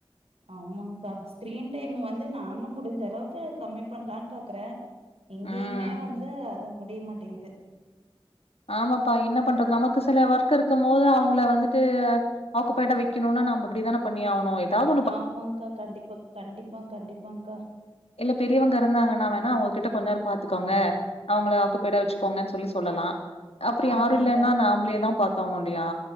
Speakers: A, on the right (about 75°); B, on the left (about 80°).
A: ஆமாங்க்கா கிரின் டைமு வந்து நானு முடிஞ்சளவுக்கு கம்மி பண்லானு பாக்குறே எங்கேயுமே
B: ம்
A: வந்து அது முடிய மாட்டேங்குது
B: ஆமாப்பா என்ன பண்றது நமக்கு சில ஒர்க் இருக்கு போது அவுங்கள வந்துட்டு ஆக்குப்பலடா வைக்கணுனா நாம அப்டிதான பண்ணியாவணு ஏதாது
A: ஆமாங்க்கா கண்டிப்பா கண்டிப்பா கண்டிப்பாங்க்கா
B: இல்ல பெரியவங்க இருந்தாங்கன்னா வேணா அவுங்ககிட்ட கொஞ்சோ நேரொ பாத்துக்கோங்க அவுங்கள ஆக்குப்பேடா வச்சுக்கோங்கனு சொல்லி சொல்லலா அப்றி யாரும்
A: ஆமாங்க்கா
B: இல்லன்னா நாம்ளே தா பாத்தாவ்னு இல்லையா